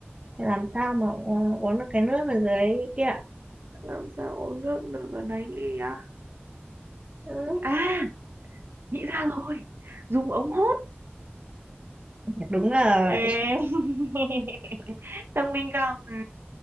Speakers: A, on the right; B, on the right.
A: Thì làm sao mà u- uống được cái nước ở dưới kia ạ?
B: làm sao uống nước được ở đấy ly á
A: ừ,
B: à nghĩ ra rồi dùng ống hút
A: đúng rồi
B: Ê. <laughs> thông minh không ừ.